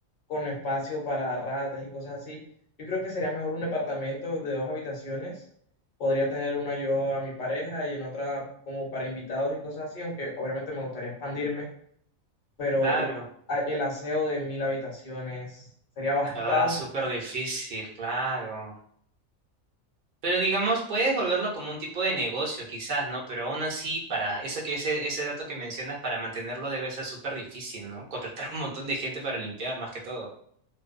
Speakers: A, on the left; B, on the right.
A: con espacio para ratas y cosas así. Yo creo que sería mejor un departamento de dos habitaciones. Podría tener una yo a mi pareja y en otra como para invitados y cosas así, aunque obviamente me gustaría expandirme, pero
B: Claro.
A: uf, a- el aseo de mil habitaciones sería bastante
B: Ah, súper difícil, claro. Pero digamos, puedes volverlo como un tipo de negocio, quizás, ¿no? Pero aún así, para eso que ese, ese dato que mencionas, para mantenerlo debe ser súper difícil, ¿no? <laughs> Contratar un montón de gente para limpiar, más que todo.